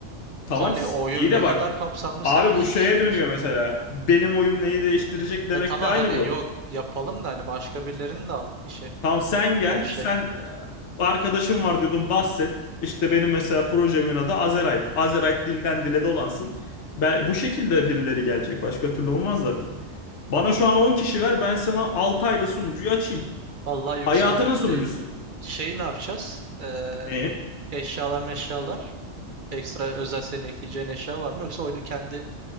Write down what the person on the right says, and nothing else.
Hani
oyun
ne kadar
kapsamlı
sen iki
kişi diyorsun.
E tamam
hani
yok yapalım da hani başka birilerini de al işe.
O işe.
Vallahi
yükselmedim
değil. Şeyi ne yapacağız? Ee,
eşyalar meşyalar. Ekstra özel senin ekleyeceğin eşya var mı? Yoksa oyunu kendi